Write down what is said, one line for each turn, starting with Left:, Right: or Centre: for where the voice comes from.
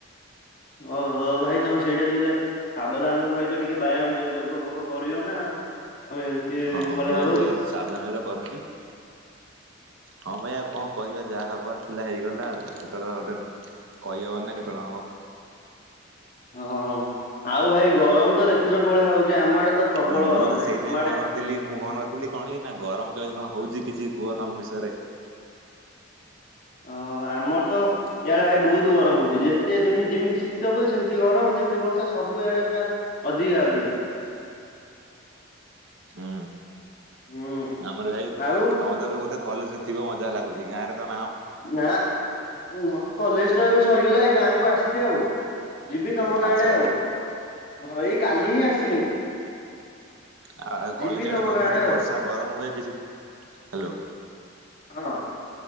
Left: ଓହୋ ଭାଇ ତମେ ସେଇଟା ଟିକେ ସାବଧାନର ସହିତ ଟିକେ ବ୍ୟାୟାମ, ଯୋଗ ଫୋଗ କରିବ ନା ଆଉ, ତମେ
Right: ହଁ,
Left: କଲେ
Right: ମୁଁ
Left: ହବ
Right: ଏବେ
Left: କି
Right: ସାବଧାନରେ କରୁଚି? ହଁ ଭାଇ ଆଉ କଣ କହିବା, ଯାହା ହବାର ଥିଲା ହେଇଗଲା ଆଉ, ସେତେବେଳେ ଗୋଟେ କହିହବନି ନା କେତେ ବେଳେ ହବ?
Left: ହଁ, ଆଉ ଭାଇ ଗରମ ତ ଦେଖୁଛ କଉ ଭଳିଆ ହଉଛି, ଆମ ଆଡେ ତ ପ୍ରବଳ
Right: ହଁ ମୁଁ
Left: ଗରମ
Right: ତ
Left: ଭାଇ
Right: ସେଇଥିପାଇଁ
Left: ତୁମ ଆଡେ?
Right: ଫୋନ୍ ଥିଲି, ମୁଁ ଫୋନ୍ କରିଥିଲି କଣ କି, ନା ଗରମ କେମିତି କଣ ହଉଛି କିଛି କୁହ ତମ ବିଷୟରେ?
Left: ଅ ଆମର ତ ଇଆଡେ ଭାଇ ବହୁତ ଗରମ ହଉଚି, ଯେତେ ଯେମିତି ଯେମିତି ଶୀତ ହୁଏ, ସେମିତି ଗରମ, ଯେମିତି ବର୍ଷା ସବୁ ଇଆଡ଼େ ପୁରା ଅଧିକା ଅଧିକା।
Right: ହୁଁ
Left: ହୁଁ
Right: ଆମର ଭାଇ,
Left: ଆଉ
Right: ତମେ ତ ଏବେ ବୋଧେ କଲେଜରେ ଥିବ ମତେ ଯାହା ଲାଗୁଚି, ଗାଁ ରେ ତ ନାହଁ?
Left: ନା, ନା କଲେଜ ତ ଏବେ ସରିଗଲା ଏ ଗାଁକୁ ଆସିଛି ଆଉ ଯିବି ତମ ଗାଁ
Right: ଆଚ୍ଛା
Left: ଆଡେ ଆଉ, ହଁ ଏଇ କାଲି ହିଁ ଆସିଲି ମୁଁ
Right: ଆ
Left: ଯିବି
Right: କଲେଜ
Left: ତମ
Right: ଆଡେ କଣ
Left: ଗାଁ
Right: କେମିତି,
Left: ଆଉ
Right: ବର୍ଷା ଗରମ ହୁଏ କିଛି, ହାଲୋ
Left: ହଁ